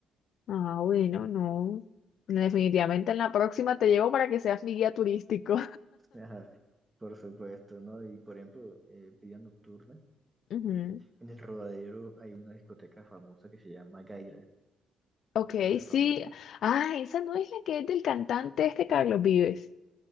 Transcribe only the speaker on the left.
Ah, bueno, no. Definitivamente en la próxima te llevo para que seas mi guía turístico.
Ujú.
Ok,
sí.
Ah, esa no es la que es del cantante este Carlos Vives.